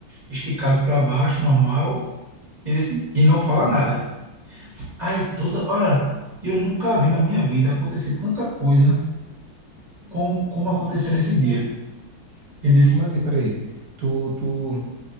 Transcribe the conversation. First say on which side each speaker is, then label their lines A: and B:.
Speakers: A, on the right; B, on the right.
A: esticado para baixo, normal, entendeu? Assim, E não fala
B: Entendi.
A: nada. Aí toda hora, eu nunca vi na minha vida acontecer tanta coisa como, como aconteceu nesse dia, entendeu?
B: Como assim? Peraí. Tu, tu